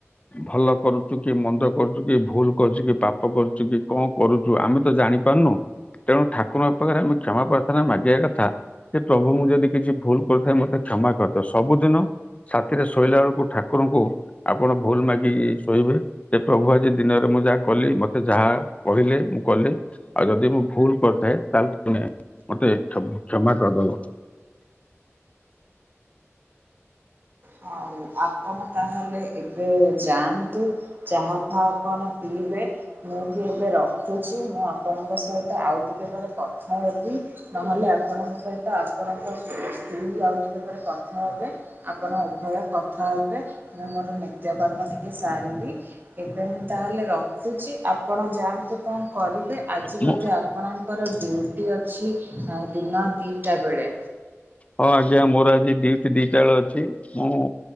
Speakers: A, on the left; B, on the right.
A: ଭଲ କରୁଚୁ କି ମନ୍ଦକ୍ କରୁଚୁ କି ଭୁଲ୍ କରୁଚୁ କି ପାପ କରୁଚୁ କି କଣ କରୁଚୁ ଆମେ ତ ଜାଣି ପାରୁନୁ। ତେଣୁ ଠାକୁର ରଙ୍କ ପାଖେରେ ଆମେ କ୍ଷମା ପ୍ରାର୍ଥନରେ ମାଗିଆ କଥା ହେ ପ୍ରଭୁ ମୁଁ ଯଦି କିଛି ଭୁଲ୍ କରୁଥାଏ ମତେ କ୍ଷମା କର। ତ ସବୁଦିନ ରାତିରେ ଶୋଇଲା ବେଳକୁ ଠାକୁରଙ୍କୁ ଆପଣ ଭୁଲ୍ ମାଗିକି ଶୋଇବେ। ଯେ ପ୍ରଭୁ ଆଜି ଦିନରେ ମୁଁ ଯାହା କଲି ମତେ ଯାହା କହିଲେ ମୁଁ କଲି। ଆଉ ଯଦି ମୁଁ ଭୁଲ୍ କରିଥାଏ ତାହେଲେ ତୁମେ ମତେ କ୍ଷମା କରିଦବ।
B: ହଉ, ଆପଣ ତାହେଲେ ଏବେ ଯାଆନ୍ତୁ। ଚାହା ଫା କଣ ପିଇବେ। ମୁଁ ବି ଏବେ ରଖୁଚି ମୁଁ ଆପଣଙ୍କ ସହିତ ଆଉ ଟିକେ ପରେ କ କଥା ହେବି ନହେଲେ ଆପଣଙ୍କ ସହିତ ଆପଣଙ୍କ ସ୍ତ୍ରୀ ଆଉ ଏହି ଭାବରେ କଥା ହେବେ ଆପଣ ଉଭୟ କଥା ହେବେ। ମୁଁ ମୋର ନି ନିତ୍ୟକର୍ମ ଟିକେ ସାରିବି। ଏବେ ମୁଁ ତାହେଲେ ରଖୁଚି ଆପଣ ଯାଆନ୍ତୁ କଣ କରିବେ ଆଜି ବୋଧେ
A: ମୁଁ
B: ଆପ୍ ଆପଣଙ୍କର ଡିଉଟି ଅଛି ଅ ଦିନ ଦିଟା ବେଳେ।
A: ହଁ ଆଜ୍ଞା ମୋର ଆଜି ଡିଉଟି ଦିଟା ବେଳେ ଅଛି। ମୁଁ